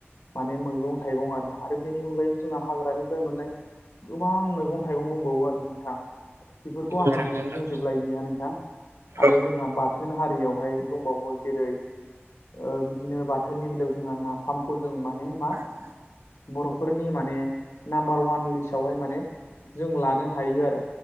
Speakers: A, on the left (about 85°); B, on the right (about 80°).
A: माने मैगं थाइगं आरो आरो बेनि अनगायैबो जोंहा हाग्रानिफ्राय मोननाय गोबां मैगं थाइगं दंबावो आरो नोंथां बेफोरखौ
B: औ
A: आं माने
B: नंगौ नोंथां
A: बुंजोब स्लायलिया नोंथां आरो
B: औ
A: जोंहा बाथोन हारियावहाय दंबावो जेरै ओ बिदिनो बाथोननि बेलायाव जोंहा नाफामखौ जों माने मा बर' फोरनि माने नामबार वान‌ लिस्त सावहाय माने जों लानो हायो आरो